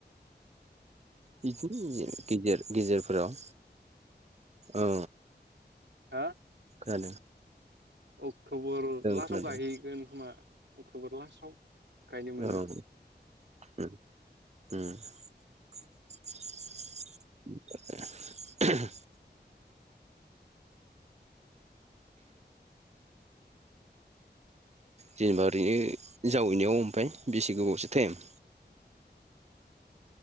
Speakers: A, on the right (about 40°); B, on the right (about 90°).
A: बिदिनो गेदेर गेजेरफोराव औ।
B: हा
A: खानादों
B: अक्ट'बर लास्टाव
A: खोनादों
B: गायहैगोन खोमा अक्ट'बर लास्टाव। गायनो
A: औ
B: मोनो
A: ओम उम <unintelligible> जेनेबा ओरैनो जावैनायाव ओमफाय बेसे गोबावसो टाइम